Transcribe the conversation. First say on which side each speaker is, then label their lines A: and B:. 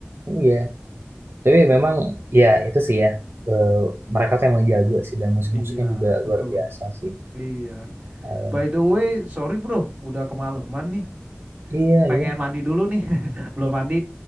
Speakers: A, on the right; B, on the right.
A: Oh iya. Tapi memang ya itu sih ya eh, mereka tuh emang jago sih dan musik-musiknya
B: Iya,
A: juga
B: betul.
A: luar biasa sih.
B: Iya
A: Oh, ya.
B: by the way sorry bro udah kemalaman nih
A: Iya,
B: pengen
A: iya.
B: mandi dulu nih <laughs> belum mandi